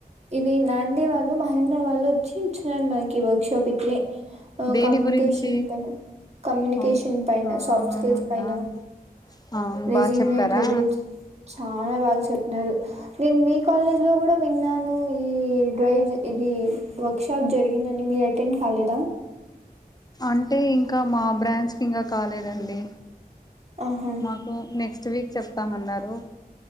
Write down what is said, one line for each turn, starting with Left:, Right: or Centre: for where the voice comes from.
Right: ఈ నాంది వాళ్ళు మహేంద్ర వాళ్ళు వచ్చి ఇచ్చినార్ మాకి వర్క్ షాప్ ఇట్లే ఓ
Left: దేని
Right: కమ్యూనికేషన్
Left: గురించి
Right: పైన కమ్యూనికేషన్
Left: ఓ
Right: పైన
Left: అవునా
Right: సాఫ్ట్ స్కిల్స్ పైన
Left: ఆ
Right: రెస్యూమే
Left: బాగా చెప్పారా
Right: ఇట్లా బిల్ట్ చాలా బా బాగా చెప్పినారు నేను మీ కాలేజ్ లో గూడా విన్నాను ఈ డ్రైవ్స్ ఇది వర్క్ షాప్ జరిగింది అని మీరు అటెండ్ కాలేదా
Left: అంటే ఇంక మా బ్రాంచ్ కింగా కాలేదండి
Right: ఆహా
Left: మాకు నెక్స్ట్ వీక్ చెప్తాం అన్నారు